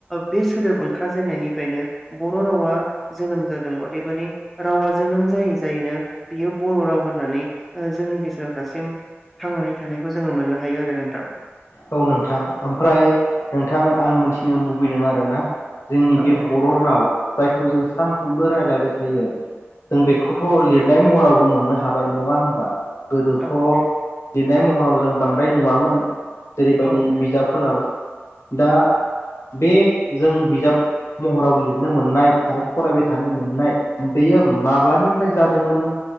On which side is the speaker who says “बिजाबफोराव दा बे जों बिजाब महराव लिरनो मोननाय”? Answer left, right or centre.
Left